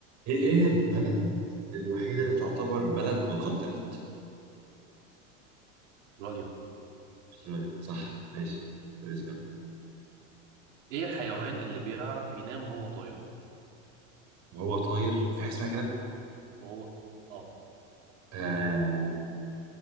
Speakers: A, on the right; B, on the right.
A: ايه هي البلد الوحيدة اللي تعتبر بلد وكونتيننت
B: راليا
A: استراليا صح ماشي بالنسبة لي
B: ايه الحيوان اللي بيعرف ينام وهو طاير
A: وهو طاير في حاجة اسمها كده
B: وهو اه
A: آه